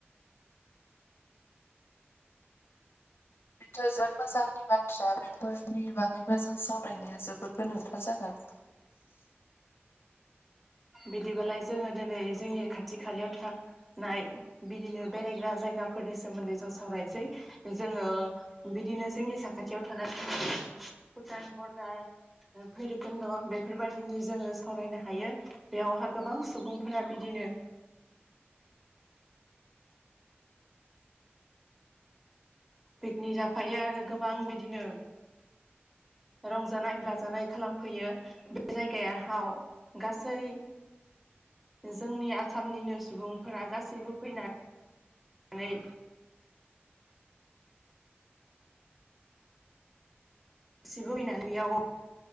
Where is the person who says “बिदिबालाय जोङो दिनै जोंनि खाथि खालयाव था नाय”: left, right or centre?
Centre